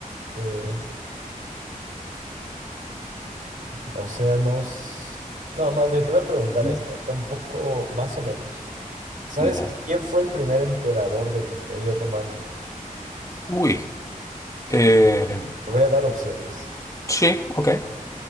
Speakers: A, on the right (about 65°); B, on the left (about 20°).
A: eh, océanos? No, más bien te voy a preguntar
B: Ujú,
A: esta. Está un poco más o menos. ¿Sabes
B: ya.
A: quién fue el primer emperador del Imperio Romano?
B: Uy, eh,
A: Te voy a dar opciones.
B: sí, ok.